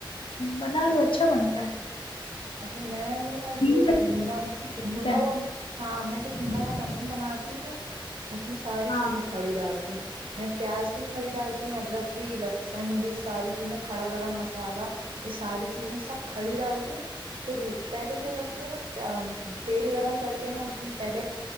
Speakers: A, on the left (about 85°); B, on the right (about 85°).
A: بنا لو اچھا بنتا ہے
B: اچھا میں نا
A: یہی
B: جو یہ بھنا بھنا
A: بنتا ہے
B: ہو ہاں میں جو بھنا ہوا مٹن بناتی ہوں نا اس میں ساری
A: ہاں
B: چیزیں کھڑی ڈالتی ہوں میں پیاز بھی کھڑی ڈالتی ہوں ادرک بھی لسن بھی ساری چیزیں کھڑا گرم مسالہ یہ ساری چیزیں سب کھڑی ڈالتی ہوں پھر پہلے کیا کرتی ہوں نا تیل گرم کر کے نا اس میں پہلے